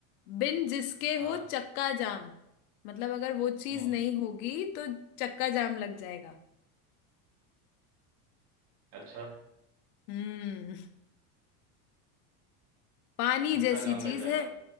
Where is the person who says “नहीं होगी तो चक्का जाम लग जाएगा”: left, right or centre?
Left